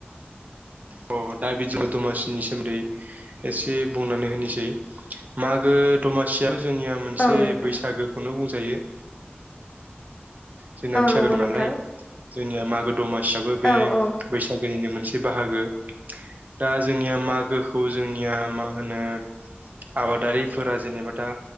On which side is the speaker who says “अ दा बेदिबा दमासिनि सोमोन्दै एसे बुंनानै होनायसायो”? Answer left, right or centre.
Right